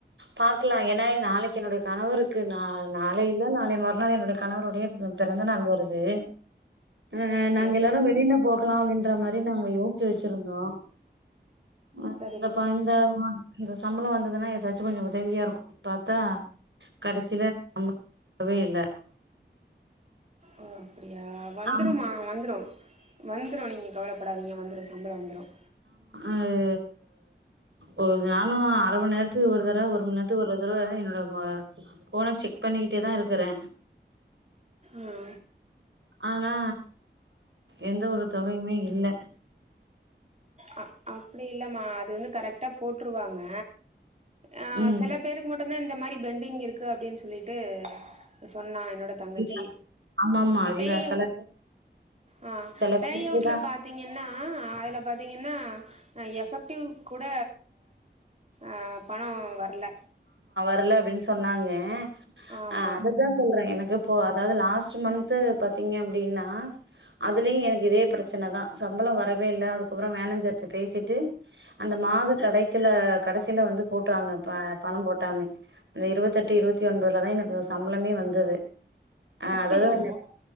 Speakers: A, on the right; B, on the right.
A: பாக்கலா ஏன்னா நாளைக்கி என்னுடைய கணவருக்கு நா நாளை இல்ல நாளை மறுநாள் என்னுடைய கணவருடைய பிறந்தநாள் வருது ஆஹ
B: அப்டியாமா
A: நாங்க எல்லாரு வெளியில போ லா அப்டின்ற மாரி நாங்க யோ சிச்சு வச்சிருந்தோ அஹ
B: சரிம்மா
A: எங்கப்பா இந்த மந் இந்த சம்பளம் வந்ததுன்னா ஏதாச்சும் கொஞ்சம் உதவியா இருக்கும்னு பாத்தா கடைசியில சம்பளம் வேறவே இல்ல
B: ஓ அப்டியா வந்துரும்மா
A: ஆமா
B: வந்துரும் வந்துரும் நீங்க கவலைப்படாதீங்க வந்துரும் சம்பளம் வந்துரும்
A: அது ஓ நானு அர மண் நேரத்துக்கு ஒரு தடவ ஒரு மண் நேரத்துக்கு ஒரு தடவ என்னோட ஃபோனை செக் பண்ணிக்கிட்டேதா இருக்கறே
B: ஆ
A: ஆனா எந்த ஒரு தொகையுமே இல்ல
B: அ அப்டி இல்லமா அது வந்து கரெக்டா போட்டுருவாங்க ஆஹ்
A: ம்.
B: செல பேருக்கு மட் டு தா இந்த மாரி பெண்டிங் இருக்கு அப்டின்னு சொல்லிட்டு சொன்னா என்னோட தங்கச்சி
A: இல்ல ஆமாமா. இல்ல
B: பேயு
A: சில பேர்
B: ஆஹ்
A: சில
B: பேயவுட்ல
A: பேருக்கு தான்
B: பாத்தீங்கன்னா ஆஹ் அதுல பாத்தீங்கன்னா ஆஹ் எஃபெக்டிவ் கூட ஆஹ் பணம் வர்ல
A: வர்ல அப்டின்னு சொன்னாங்க
B: ஆமா
A: ஆ அதுதா சொல்றே எனக்கு அப்போ அதாது லாஸ்ட்டு மன்த்து பாத்தீங்க அப்டின்னா அதுலயு எனக்கு இதே பிரச்சன தா சம்பளோ வரவே இல்ல அதுக்கப்பறோ மேனேஜர்ட்ட பேசிட்டு அந்த மாத கடக்கில கடைசி <unintelligible> ல வந்து போட்ருவாங்க ப பண போட்டாங்க இந்த இருவத்தெட்டு இருவத்தி ஒன்பதுலதா எனக்கு சம்பளமே வந்தது ஆ
B: அப்டியா
A: அதாது <unintelligible>